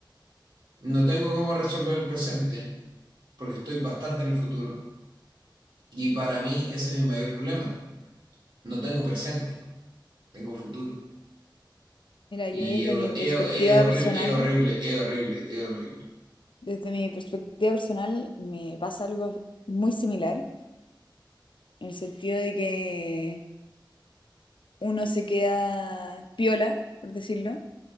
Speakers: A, on the right; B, on the left.
A: No tengo cómo resolver el presente porque estoy bastante en el futuro. Y para mí ese es mi mayor problema. No tengo presente, tengo futuro.
B: Mira,
A: Y
B: yo desde
A: es
B: mi
A: es-
B: perspectiva
A: es horrible,
B: personal
A: es horrible, es horrible, es horrible.
B: Desde mi perspectiva personal, me pasa algo muy similar, en el sentido de que uno se queda piola, por decirlo,